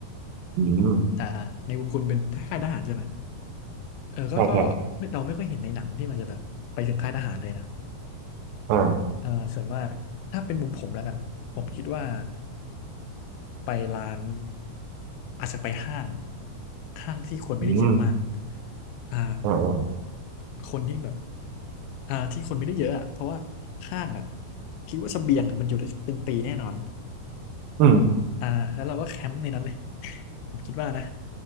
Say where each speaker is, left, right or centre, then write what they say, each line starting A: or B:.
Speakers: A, on the right; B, on the left.
A: อืม
B: อ่าอ่าในมุมคุณเป็นค่ายทหารใช่ไหมเออก็ก็ไม่เราไม่ค่อยเห็นในหนังที่มันจะแบบไปถึงค่ายทหารเลยนะ
A: ใช่ใช่อ่า
B: เอ่อส่วนมากถ้าเป็นมุมผมแล้วกันผมคิดว่า ไปร้านอาจจะไปห้างห้างที่คนไม่ได้เยอะมาก
A: อืม
B: อ่า
A: อ่าอ่า
B: คนที่แบบอ่าที่คนไม่ได้เยอะอ่ะเพราะว่าห้างอ่ะคิดว่าเสบียงอะมันอยู่ได้เป็นปีแน่นอน
A: อืม
B: อ่าแล้วเราก็แคมป์ในนั้นเลย <laughs> ผมคิดว่านะ